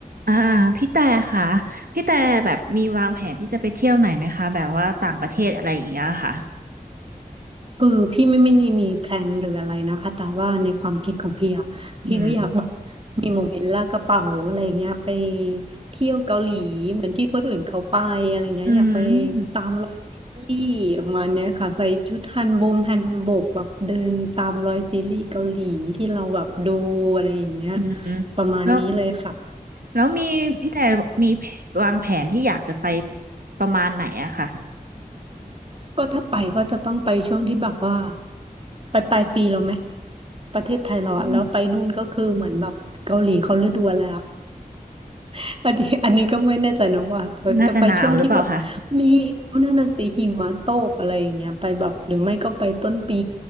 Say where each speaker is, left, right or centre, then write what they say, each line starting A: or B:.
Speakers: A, on the right; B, on the right.
A: อ่าพี่แต่ค่ะพี่แต่แบบมีวางแผนที่จะไปเที่ยวไหนไหมคะแบบว่าต่างประเทศอะไรอย่างเงี้ยค่ะ
B: คือพี่ไม่ไม่ไีมีแพลนหรืออะไรนะคะแต่ว่าในความคิดของพี่อะพี่ก็อยากแบบ
A: อืม
B: มีโมเมนต์ลากกระเป๋าอะไรเงี้ยไปเที่ยวเกาหลีเหมือนที่คนอื่นเขาไปอะไรเงี้ยอยากไป
A: อืม
B: ตามรอยซีรีส์ประมาณเนี้ยค่ะใส่ชุดฮันบงฮันบกแบบเดินตามรอยซีรีส์เกาหลีที่เราแบบดูอะไรอย่างเงี้ย
A: อืมอืมแล้ว
B: ประมาณนี้เลยค่ะ
A: แล้วมีพี่แต่มีวางแผนที่อยากจะไปประมาณไหนอะค่ะ
B: ก็ถ้าไปก็จะต้องไปช่วงที่แบบว่าไปปลายปีเราไหมประเทศไทยเราอะแล้วไปนู่นก็คือเหมือนแบบเกาหลีเขาฤดูอะไรอะ
A: อืม
B: <laughs> อันนี้อันนี้ก็ไม่แน่ใจนะว่าจะไปช่วงที่แบบ
A: น่าจะหนาวหรือเปล่าคะ
B: มีนั่นน่ะสิหิมะตกอะไรอย่างเงี้ยไปแบบหรือไม่ก็ไปต้นปี